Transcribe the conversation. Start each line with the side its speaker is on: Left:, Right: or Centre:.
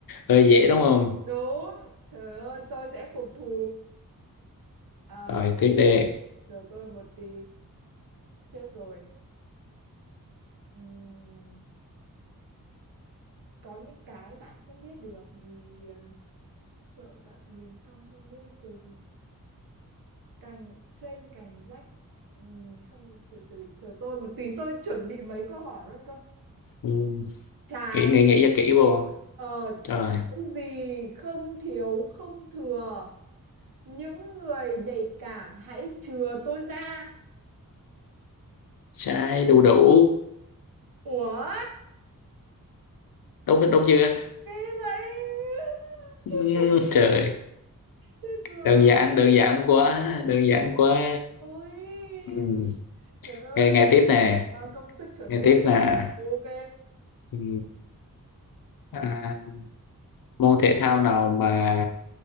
Left: hơi dễ đúng không
Right: Đúng. Trời ơi, tôi sẽ phục thù. À,
Left: Rồi tiếp đi.
Right: chờ tôi một tí. Chết rồi. Ừm, có những cái bạn không biết được vì à, sợ bạn miền trong không biết được. Cành trên cành rách. Ừm, không, từ từ chờ tôi một tí tôi chuẩn bị mấy câu hỏi luôn cơ.
Left: Ừ.
Right: Trái
Left: Nghĩ nghĩ nghĩ cho kỹ vô.
Right: Ờ,
Left: Rồi,
Right: trái gì không thiếu không thừa. Những người nhạy cảm hãy chừa tôi ra.
Left: trái đu đủ.
Right: Ủa?
Left: Đúng đúng chưa?
Right: Thế vậy?
Left: Ừ,
Right: Chết rồi.
Left: trời,
Right: Chết rồi.
Left: đơn giản đơn giản quá, đơn giản quá.
Right: Ôi.
Left: Ừ.
Right: Trời ơi.
Left: Nghe nghe tiếp nè,
Right: Bao công sức chuẩn
Left: nghe
Right: bị.
Left: tiếp là
Right: Ok.
Left: ừ. à, môn thể thao nào mà